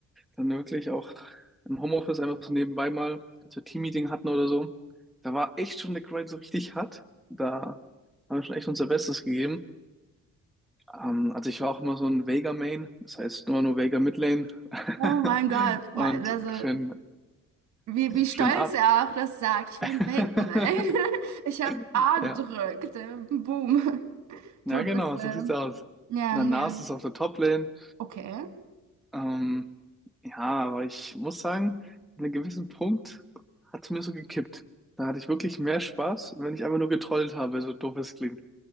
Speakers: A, in the centre; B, on the right.
A: dann wirklich auch im Homeoffice einfach so nebenbei mal, als wir Teammeeting hatten oder so. Da war echt schon der Grind so richtig hart. Da haben wir schon echt unser Bestes gegeben. Ähm, also ich war auch immer so ein Vega Main, das heißt nur nur Vega Midlane. <laughs>
B: Oh mein Gott.
A: Und
B: Mal- Also,
A: schön,
B: wie, wie stolz
A: schön ab.
B: er auch das sagt. Ich war
A: <laughs>
B: ein Weltmann. <laughs> Ich habe A gedrückt.
A: Ja,
B: Boom.
A: ja
B: Todbisse.
A: genau, so sieht's aus.
B: Ja,
A: Und dann
B: ja.
A: Nasus auf der Toplane.
B: Okay.
A: Ähm, ja, aber ich muss sagen, an einem gewissen Punkt hat es mir so gekippt. Da hatte ich wirklich mehr Spaß, wenn ich einfach nur getrollt habe, so doof es klingt.